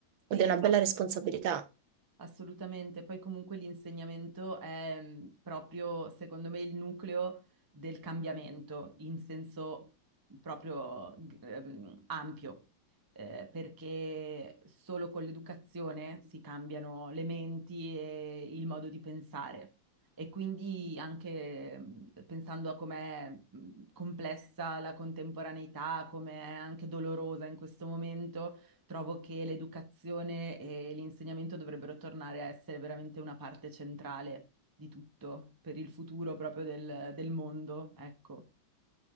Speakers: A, on the right; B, on the right.
A: Sì,
B: ed è
A: esatto.
B: una bella responsabilità.
A: Assolutamente, poi comunque l'insegnamento è mh, proprio, secondo me, il nucleo del cambiamento in senso proprio g- ehm, ampio, eh, perché solo con l'educazione si cambiano le menti e il modo di pensare. E quindi anche mh, pensando a com'è mh, complessa la contemporaneità, com'è anche dolorosa in questo momento trovo che l'educazione e l'insegnamento dovrebbero tornare a essere veramente una parte centrale di tutto per il futuro proprio del, del mondo, ecco.